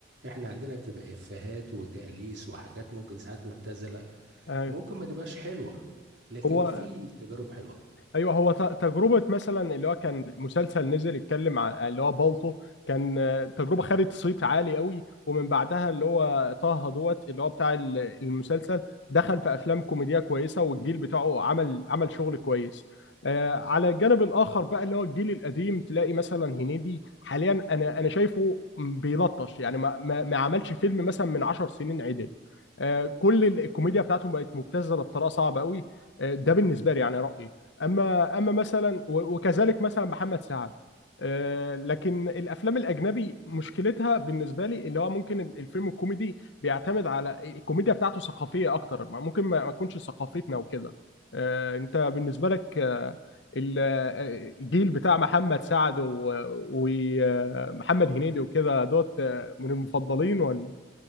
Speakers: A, on the right (about 70°); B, on the left (about 70°).
A: احنا عندنا بتبقى افيهات وتأليس وحاجات ممكن ساعات مبتذلة
B: ايوه
A: ممكن ما تبقاش حلوة لكن
B: هو
A: في تجارب حلوة
B: ايوه هو ت- تجربه مثلا اللي هو كان مسلسل نزل يتكلم عن اللي هو بالطو كان آه، تجربه خدت صيت عالي قوي ومن بعدها اللي هو طه دوت اللي هو بتاع ال- المسلسل دخل في افلام كوميديه كويسه والجيل بتاعه عمل عمل شغل كويس آه، على الجانب الاخر بقى اللي هو الجيل القديم تلاقي مثلا هنيدي حاليا انا انا شايفه بيلطش يعني ما ما ما عملش فيلم مثلا من 10 سنين عدل آه، كل الكوميديا بتاعته بقت مبتذله بطريقه صعبه قوي آه، ده بالنسبه لي يعني رايي اما اما مثلا و- وكذلك مثلا محمد سعد آه، لكن الافلام الاجنبي مشكلتها بالنسبه لي اللي هو ممكن الفيلم الكوميدي بيعتمد على الكوميديا بتاعته ثقافيه اكتر ما- ممكن ما ما تكونش ثقافتنا وكده آه، انت بالنسبه لك آه، ال- آه، الجيل بتاع محمد سعد ومحمد هنيدي وكده دوت آه، من المفضلين ولا